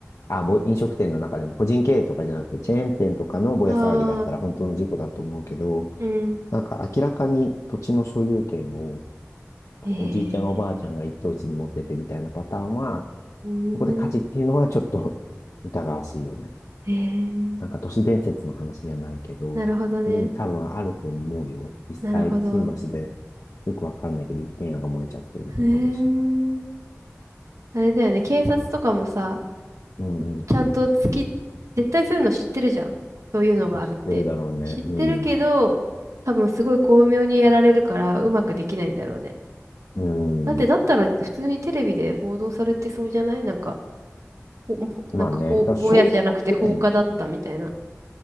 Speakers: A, on the left; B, on the right.
A: あ、ぼ、飲食店の中でも個人経営とかじゃなくて、チェーン店とかのぼや騒ぎだったら本当の事故だと思うけど、
B: ああ、うん。
A: なんか明らかに土地の所有権を
B: ええ
A: おじいちゃんおばあちゃんが一等地に持っててみたいなパターンは、
B: うーん。
A: そこで火事っていうのはちょっと <laughs> 疑わしいよね。
B: ええ
A: なんか都市伝説の話じゃないけど、
B: なるほどね。
A: でも多分あると思うよ。実際、
B: なるほど。
A: 新橋でよくわかんないけど、一軒家が燃えちゃってるみたいなのあるし。
B: へえ。あれだよね、警察とかもさ、
A: うんうん。
B: ちゃんと月、絶対そういうの知ってるじゃん。そういうのがあるって。
A: まあ、知ってるだろうね。
B: 知ってるけど、
A: うん。
B: 多分すごい巧妙にやられるから、うまくできないんだろうね。
A: うん。
B: だって、だったら普通にテレビで報道されてそうじゃないなんか、ほ、ほなんかほ、
A: まあね。だから証明ができない。
B: ぼやじゃなくて放火だったみたいな。